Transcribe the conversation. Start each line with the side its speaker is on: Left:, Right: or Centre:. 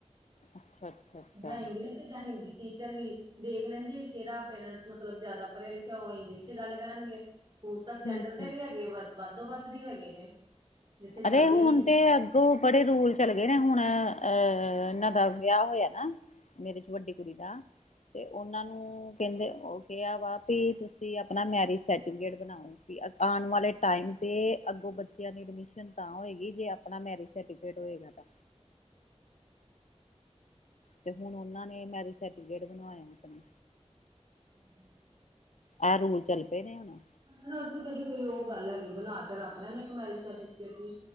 Left: ਅੱਛਾ ਅੱਛਾ ਅੱਛਾ
Right: ਜਾਂ ਇੰਲਿਸ਼ ਜਾਂ ਹਿੰਦੀ ਟੀਚਰ ਵੀ ਦੇਖ ਲੈਂਦੇ ਕਿਹੜਾ ਪੇਰੈਂਟਸ ਮਤਲਬ ਜ਼ਿਆਦਾ ਪੜ੍ਹਿਆ ਲਿਖਿਆ ਉਹ ਇੰਗਲਿਸ਼ ਚ ਗੱਲ ਕਰਨਗੇ। ਸਕੂਲ ਤਾਂ ਸਟੈਂਡਰਡ
Left: ਹਮ
Right: ਦੇ
Left: ਹਮ
Right: ਵੀ ਹੈਗੇ ਵ ਵੱਧੋ ਵੱਧ ਵੀ ਹੈਗੇ ਨੇ। ਜਿੱਥੇ ਚੱਲਦੀ
Left: ਅਰੈ ਹੁਣ
Right: ਹੀ ਹਿੰਦੀ
Left: ਤੇ ਕੋ ਬੜੇ ਰੂਲ ਚੱਲ ਗੇ ਨਾ ਹੁਣ ਅਹ ਇਨਾਂ ਦਾ ਵਿਆਹ ਹੋਯਾ ਨਾ। ਮੇਰੇ ਚ ਵੱਡੀ ਕੁੜੀ ਦਾ ਕਿ ਓਨਾਂ ਨੂੰ ਕੈੰਦੇ ਓਹ ਕਿਆ ਵਾ ਪੁ ਤੁਸੀਂ ਆਪਣਾ ਮੈਰਿਜ ਸਰਟੀਫਿਕੇਟ ਬਣਾਓ। ਹੁੰਫੀ ਆਣ ਵਾਲੇ ਟਾਈਮ ਤੇ ਅੱਗੋਂ ਬੱਚਿਆਂ ਦੀ ਐਡਮਿਸ਼ਨ ਸ਼ਨ ਤਾਂ ਹੋਏਗੀ ਜੇ ਆਪਣਾ ਮੈਰਿਜ ਸਰਟੀਫਿਕੇਟ ਹੋਏਗਾ ਤਾ। ਤੇ ਹੁਣ ਓਨਾਂ ਨੇ ਮੈਰਿਜ ਸਰਟੀਫਿਕੇਟ ਬਣਵਾਯੈ ਆਪਣਾ।
Right: ਹੂੰ
Left: ਐ ਰੂਲ ਚੱਲ ਪਏ ਨੇ ਹੁਣ।
Right: ੇ <inaudible> ਤੇ ਕੋਈ ਉਹ ਗੱਲ ਹੈਗੀ ਬਣਾ ਕੇ ਰੱਖ ਲੈਣਾ ਇੱਕ ਮੈਰਿਜ ਸਰਟੀਫਿਕੇਟ ਵੀ